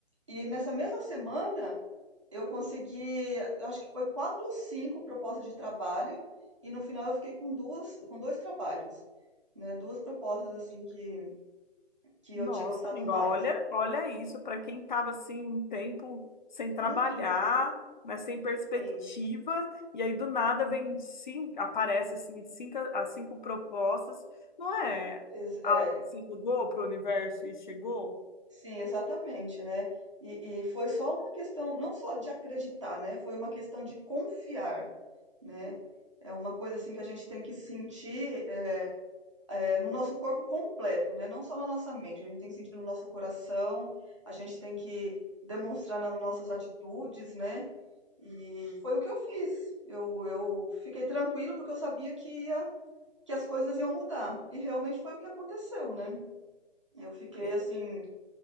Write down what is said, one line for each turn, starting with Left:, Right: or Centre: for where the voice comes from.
Right: E nessa mesma semana, eu consegui, acho que foi quatro ou cinco propostas de trabalho, e no final eu fiquei com duas, com dois trabalhos, né? Duas propostas, assim, que, que
Left: Nossa,
Right: eu tinha gostado
Left: amigo,
Right: mais.
Left: olha, olha isso, para quem estava assim um tempo sem trabalhar,
Right: Uhum,
Left: né, sem perspectiva,
Right: sim,
Left: e aí do nada vem cinco, aparece assim cinco, as cinco propostas, não é
Right: Ex-
Left: algo
Right: é,
Left: que se jogou para o universo e chegou?
Right: sim, exatamente, né? E, e foi só uma questão, não só de acreditar, né? Foi uma questão de confiar. né? É uma coisa assim que a gente tem que sentir eh, eh, no nosso corpo completo, né? Não só na nossa mente, a gente tem que sentir no nosso coração, a gente tem que demonstrar nas nossas atitudes, né? E foi o que eu fiz. Eu, eu fiquei tranquila porque eu sabia que ia, que as coisas iam mudar. E realmente foi o que aconteceu, né? Eu fiquei
Left: É,
Right: assim,